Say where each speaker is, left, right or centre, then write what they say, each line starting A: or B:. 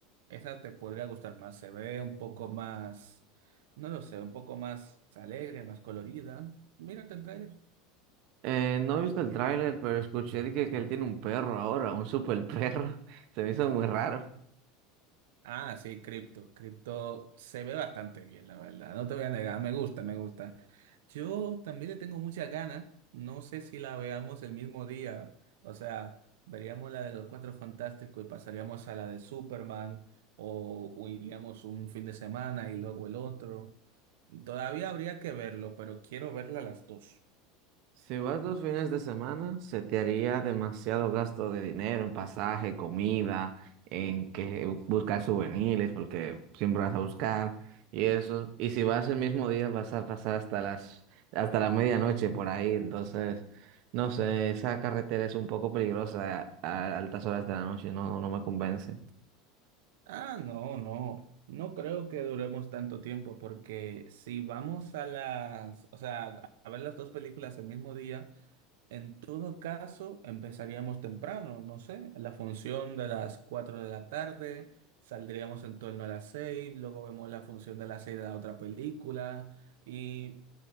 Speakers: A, on the right (about 80°); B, on the right (about 45°).
A: Esa te podría gustar más, se ve un poco más, no lo sé, un poco más alegre, más colorida. Mírate el tráiler.
B: Eh, no he visto el tráiler, pero escuché de que, que él tiene un perro ahora, un super perro. <laughs> Se me hizo muy raro.
A: Ah, sí, cripto. Cripto se ve bastante bien, la verdad. No te voy a negar, me gusta, me gusta. Yo también le tengo muchas ganas. No sé si la veamos el mismo día. O sea, veríamos la de los Cuatro Fantásticos y pasaríamos a la de Superman o, o iríamos un fin de semana y luego el otro. Todavía habría que verlo, pero quiero verla las dos.
B: Si vas dos fines de semana, se te haría demasiado gasto de dinero en pasaje, comida, en que buscar souvenirs, porque siempre vas a buscar y eso. Y si vas el mismo día, vas a pasar hasta las, hasta la medianoche por ahí. Entonces, no sé, esa carretera es un poco peligrosa a, a altas horas de la noche, no, no me convence.
A: Ah, no, no. No creo que duremos tanto tiempo porque si vamos a las, o sea, a ver las dos películas el mismo día, en todo caso empezaríamos temprano, no sé, la función de las 4 de la tarde, saldríamos en torno a las 6, luego vemos la función de las 6 de la otra película y